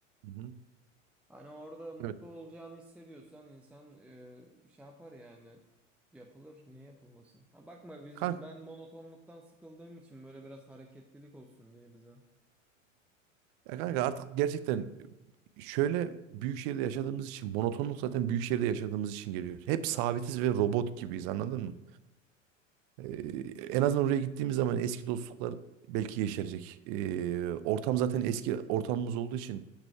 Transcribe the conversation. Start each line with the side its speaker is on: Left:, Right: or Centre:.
Right: Hı hı.
Centre: Hani orada mutlu
Right: Evet.
Centre: olacağını hissediyorsan insan e, şey yapar yani yapılır niye yapılmasın? Ha bakma biz
Right: Kanka.
Centre: ben monotonluktan sıkıldığım için böyle biraz hareketlilik olsun diye bize.
Right: Ya kanka artık gerçekten şöyle büyük şehirde yaşadığımız için monotonluk zaten büyük şehirde yaşadığımız için geliyor. Hep sabitiz
Centre: Aynen aynen.
Right: ve robot gibiyiz anladın mı? Ee, en azından oraya gittiğimiz zaman eski dostluklar belki yeşerecek. Ee, ortam zaten eski ortamımız olduğu için